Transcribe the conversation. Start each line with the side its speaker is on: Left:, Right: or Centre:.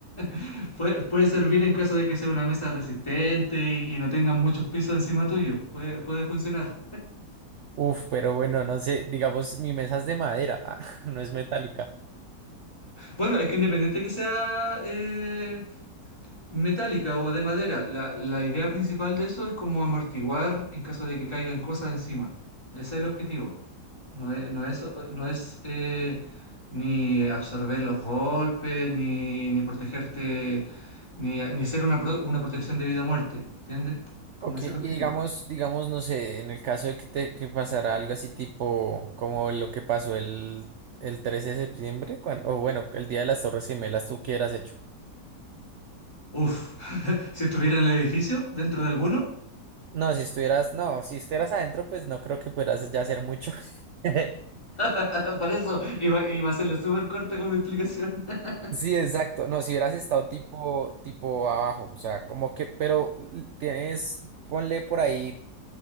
Left: <laughs> Puede, puede servir en caso de que sea una mesa resistente y, y no tengan muchos pisos encima tuyo. Puede, puede funcionar.
Right: Uf, pero bueno, no sé, digamos, mi mesa es de madera, <laughs> ah, no es metálica.
Left: Bueno, es que independiente que sea eh, metálica o de madera. La, la idea principal de eso es como amortiguar en caso de que caigan cosas encima. Ese es el objetivo. No es, no es, no es eh, ni absorber los golpes, ni, ni protegerte, ni, ni ser una, pro- una protección de vida o muerte. ¿Entiendes? Como
Right: Ok,
Left: ese es el
Right: y
Left: objetivo.
Right: digamos, digamos, no sé, en el caso de que, te, que pasara algo así tipo como lo que pasó el, el 13 de septiembre, cuando, o bueno, el día de las Torres Gemelas, ¿tú qué hubieras hecho?
Left: Uf, <laughs> si estuviera en el edificio, dentro de alguno,
Right: No, si estuvieras, no, si estuvieras adentro, pues no creo que pudieras ya hacer mucho. <laughs>
Left: <laughs> para eso iba, iba a hacerle súper corta con mi explicación. <laughs>
Right: Sí, exacto. No, si hubieras estado tipo, tipo abajo, o sea, como que, pero l- tienes, ponle por ahí.